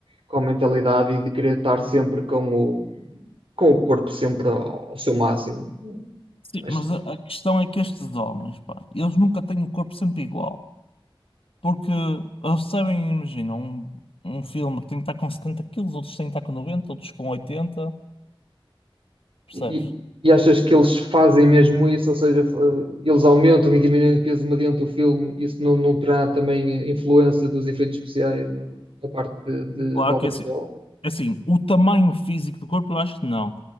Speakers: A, on the right; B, on the left.
A: com a mentalidade e de querer estar sempre com o, com o corpo sempre ao, ao seu máximo.
B: Sim,
A: Acho
B: mas
A: que-
B: a, a questão é que estes homens, pá, eles nunca têm o corpo sempre igual. Porque eles sabem, imagina, um, um filme que tem que estar com 70 quilos, outros têm que estar com 90 outros com 80 percebes?
A: e, e achas que eles fazem mesmo isso, ou seja, fa- eles aumentam e diminuem o peso mediante o filme, isso não, não terá também eh, influência dos efeitos especiais no- na parte de, de,
B: Claro
A: de audiovisual?
B: que é assim, é assim, o tamanho físico do corpo eu acho que não.